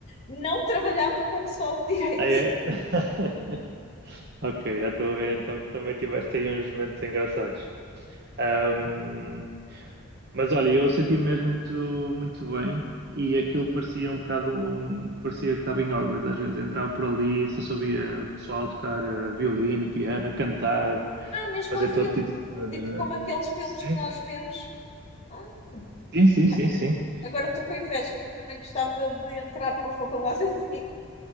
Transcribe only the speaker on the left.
não trabalhava com o pessoal de direito.
Ah, mesmo
há filme,
tipo
como aqueles filmes
que nós vemos. Ah,
yeah.
Agora estou com inveja, que eu também gostava de entrar numa faculdade <laughs> assim.